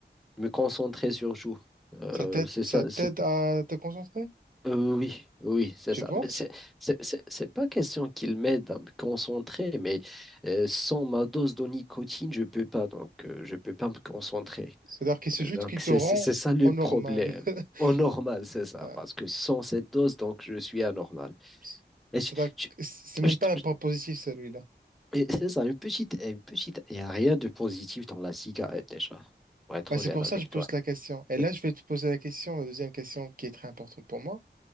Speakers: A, in the centre; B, on the right.
A: de me concentrer sur tout. Euh,
B: Ça t'aide,
A: c'est
B: ça
A: ça,
B: t'aide à te concentrer?
A: Euh, Oui, oui, c'est
B: Tu
A: ça.
B: penses?
A: Mais c'est c'est- c'est- c'est pas question qu'il m'aide à me concentrer, mais euh, sans ma dose de nicotine, je peux pas, donc euh, je peux pas me concentrer.
B: C'est-à-dire que c'est
A: Euh,
B: juste
A: donc
B: qui
A: c'est
B: te rend
A: c'est- c'est ça le
B: au
A: problème.
B: normal. <laughs>
A: Au normal, c'est ça,
B: Bah,
A: parce que sans cette dose, donc je suis anormal.
B: c-
A: Et
B: c'est-à-dire
A: je- je-
B: que c'est même
A: je-
B: pas un
A: je-
B: point positif celui-là.
A: et c'est ça, une petite, une petite. Il n'y a rien de positif dans la cigarette déjà, pour être
B: Bah, c'est
A: honnête
B: pour
A: avec
B: ça que je pose
A: toi.
B: la question. Et
A: Mais
B: là, je vais te poser la question, la deuxième question qui est très importante pour moi.